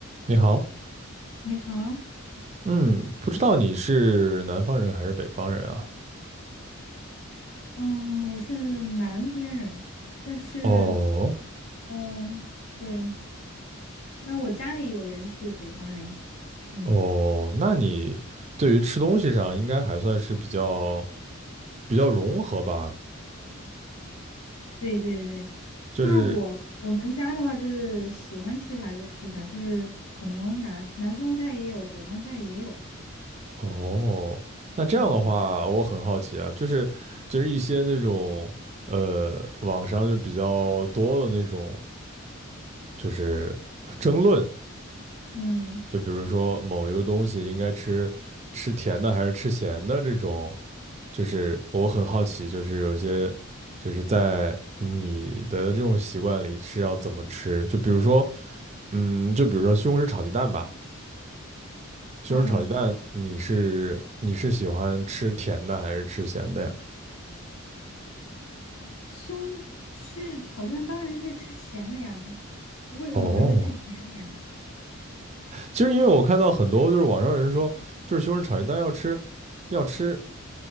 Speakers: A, on the right; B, on the left.
A: 你好，
B: 你好，
A: 嗯，不知道你是南方人还是北方人啊？
B: 嗯，我是南边人，但是，
A: 哦
B: 嗯，对，但是我家里有人是北方人，嗯，
A: 哦，那你对于吃东西上应该还算是比较比较融合吧？
B: 对对对，
A: 就是
B: 就是我我们家的话，就是喜欢吃啥就吃啥，就是可能南南方菜也有，北方菜也有，
A: 哦，那这样的话，
B: 嗯
A: 我很好奇啊，就是就是一些那种呃，网上就比较多的那种，就是争论，
B: 嗯
A: 就比如说某一个东西应该吃吃甜的还是吃咸的这种。就是我很好奇，就是有些就是在你的这种习惯里是要怎么吃？就比如说，嗯，就比如说西红柿炒鸡蛋吧，西红柿炒鸡蛋，
B: 啊，
A: 你是你是喜欢吃甜的还是吃咸的呀？
B: 西红柿炒蛋当然是吃咸的呀，为什么还会吃甜的呀？
A: 哦，其实因为我看到很多就是网上有人说，就是西红柿炒鸡蛋要吃要吃